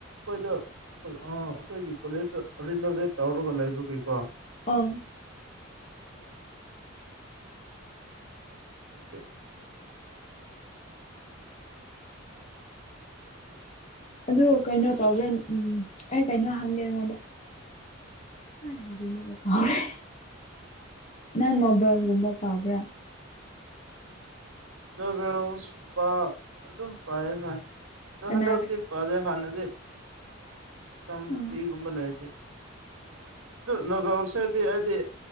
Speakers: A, on the right; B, on the left.
A: ꯑꯩꯈꯣꯏꯗꯨ ꯑꯩꯈꯣꯏꯒꯤ ꯀꯣꯂꯦꯖꯇ ꯔꯤꯅꯣꯚꯦꯠ ꯇꯧꯔꯒ ꯂꯩꯕꯒꯤꯀꯣ
B: ꯑꯣ
A: <unintelligible>
B: ꯑꯗꯨ ꯀꯩꯅꯣ ꯇꯧꯕ꯭ꯔꯥ ꯎꯝ ꯑꯩ ꯀꯩꯅꯣ ꯍꯪꯒꯦ ꯅꯪꯉꯣꯟꯗ <unintelligible> ꯀꯥꯎꯔꯦ ꯅꯪ ꯅꯣꯕꯦꯜꯒꯨꯝꯕ ꯄꯥꯕ꯭ꯔꯥ
A: ꯅꯣꯚꯦꯜꯁ ꯄꯥ ꯑꯗꯨꯝ ꯄꯥꯏ ꯍꯣꯢ ꯑꯗꯣ
B: ꯀꯅꯥ
A: ꯍꯟꯗꯛꯇꯤ ꯄꯗꯦ ꯍꯥꯟꯅꯗꯤ ꯃꯇꯝ
B: ꯎꯝ
A: ꯐ꯭ꯔꯤꯒꯨꯝꯕ ꯂꯩꯔꯗꯤ ꯑꯗꯨ ꯅꯣꯕꯦꯜꯁ ꯍꯥꯏꯗꯤ ꯍꯥꯏꯗꯤ